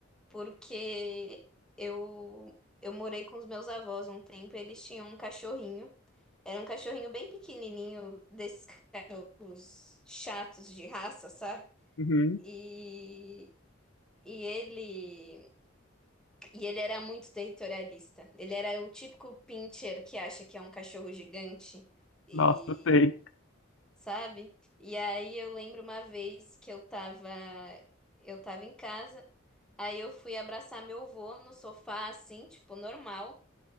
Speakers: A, in the centre; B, on the left (about 70°).
A: porque eu eu morei com os meus avós um tempo, e eles tinham um cachorrinho. Era um cachorrinho bem pequenininho, desses cachorros chatos de raça, sabe?
B: Uhum.
A: E e ele E ele era muito territorialista. Ele era o típico pincher que acha que é um cachorro gigante e
B: Nossa, eu sei.
A: sabe? E aí eu lembro uma vez que eu tava eu tava em casa, aí eu fui abraçar meu avô no sofá assim, tipo normal,